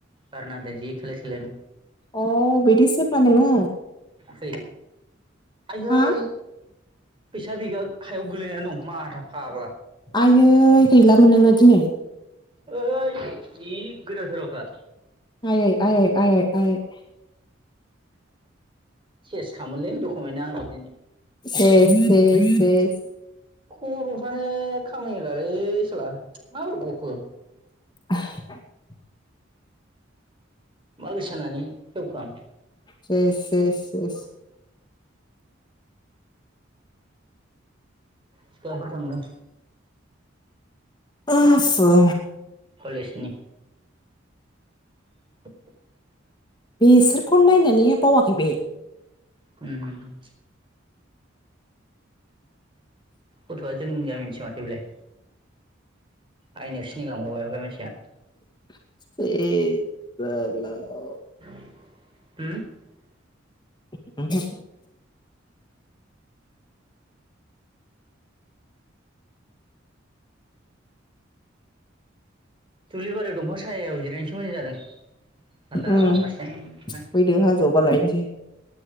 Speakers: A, on the right; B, on the left.
A: बार नांदों जि खोलो खोलोनो।
B: अ बिदिसो ओमबा नोङो।
A: फै। आययै
B: हा
A: फैसा बेगा हायाव गोलैनानै दं माथाब फाग्ला।
B: आयै गैलामोन नोङो दिनै।
A: ओइ जि गोदाव सोरावखा।
B: आयै आयै आयै आयै।
A: सेस खालामोनलै दखुमेन्टा आंना दिनै।
B: से से सेस।
A: खर'फ्रानो खामानि होलालै सोला माबोरै गखो।
B: <inaudible>
A: मा गोसोजानानै खेवखो आं।
B: सेस सेस सेस।
A: सिख्लाफोर थांदों।
B: आसा।
A: कलेसनि। <inaudible>
B: बेसोरखौन नायनानै बावाखै बे।
A: उम। गथ'आ जोंनि गामिनिसो माथो बेलाय। आइनाव सिनायलांबावबाय ओमफाय मानसिया।
B: <unintelligible>
A: <unintelligible>
B: <inaudible>
A: दुब्लि बारियाव दंफां सायायाव जिरायनोसो मोजां जादों। थान्दा
B: उम
A: हारसिं नो।
B: फैदो हाजोआव बार गायनोसै